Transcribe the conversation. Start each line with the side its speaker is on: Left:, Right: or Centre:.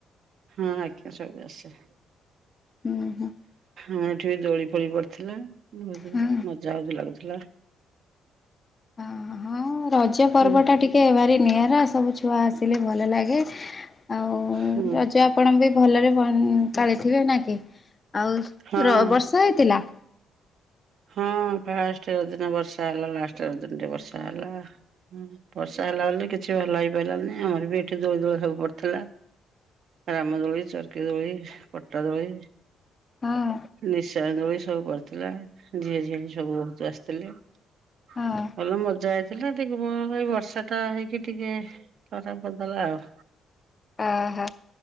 Right: ହଁ ଆଜ୍ଞା ସବୁ ଆସେ।
Left: ହୁଁ ହୁଁ।
Right: ଆମ ଏଠି ବି ଦୋଳି ଫୋଳି ପଡିଥିଲା ବହୁତ
Left: ହଁ।
Right: ମଜା ଆଉ ବି ଲାଗୁଥିଲା।
Left: ହଁ ରଜ ପର୍ବ
Right: ହଁ
Left: ଟା ଟିକେ ଭାରି ନିଆରା ସବୁ ଛୁଆ ଆସି ଭଲ ଲ ଆଉଜ
Right: ହଁ
Left: <inaudible> ଆପଣ ବି ଭଲରେ ପାଳିଥିବେ ନା କି ଆଉ
Right: ହଁ
Left: ବର୍ଷା ହେଇଥିଲା?
Right: ହଁ ଫାଷ୍ଟ ରଜ ଦିନ ବର୍ଷା ହେଲା ଲାଷ୍ଟ ରଜରେ ଟିକେ ବର୍ଷା ହେଲା। ହୁଁ ବର୍ଷା ହେଲା ବୋଲି କିଛି ଭଲ ହେଇପାରିଲାନି ଆମର ବି ଏଠି ଦୋଳି ଦୋଳା ସବୁ ପଡ଼ିଥିଲା। ରାମଦୋଳି, ଚରକିଦୋଳି, ପଟାଦୋଳି
Left: ହଁ!
Right: ନିଶା ଆନ୍ଦୁଳି ସବୁ ପଥିଲା ଝିଅଝିଅ ହି ସବୁ ବହୁତ ଆସିଥିଲେ <inaudible>
Left: ହଁ
Right: ଭଲ ମଜା ହେଇଥିଲା ଟିକେ ଏଇ ବର୍ଷା ଟା ହେଇକି ଟିକେ ଖରାପ କରିଦେଲା ଆଉ!
Left: ଓହୋ